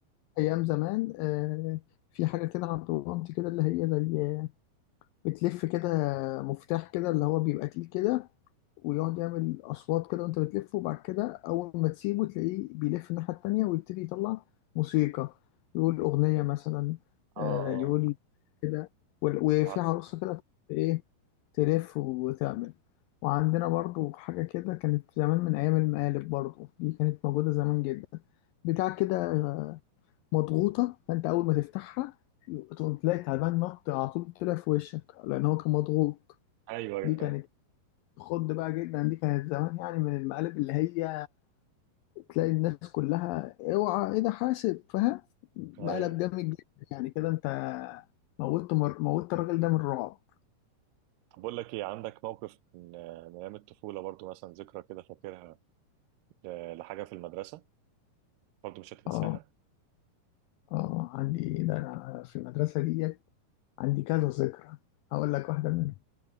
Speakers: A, on the left (about 85°); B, on the right (about 80°).
A: أيام زمان آه، في حاجة كده عند مامتي كده اللي هي زي بتلف كده مفتاح كده اللي هو بيبقى تقيل كده ويقعد يعمل اصوات كده وانت بتلف وبعد كده اول ما تسيبه تلاقيه بيلف الناحيه التانيه ويبتدي يطلع موسيقى يقول اغنيه مثلا
B: اه
A: آه، يقول كده وال- وفي
B: عارف
A: عروسه كده ايه تلف وتعمل وعندنا برضو حاجه كده كانت زمان من ايام المقالب برضو دي كانت موجوده زمان جدا بتاع كده مضغوطه فانت اول ما تفتحها تقوم تلاقي تعبان نط على طول طلع في وشك لان هو كان مضغوط
B: ايوه ايوه
A: دي كانت
B: فاهم.
A: خد بقى جدا دي كانت زمان يعني من المقالب اللي هي تلاقي الناس كلها اوعى ايه ده حاسب فاهم مقلب
B: أيوة.
A: جامد جدا يعني كده انت موتت مر... موتت الراجل ده من الرعب
B: بقول لك ايه عندك موقف من من ايام الطفوله برضو مثلا ذكرى كده فاكرها ل- لحاجه في المدرسه برضو مش هتنساها
A: اه اه عندي ده انا في المدرسه دي عندي كذا ذكرى هقول لك واحده منهم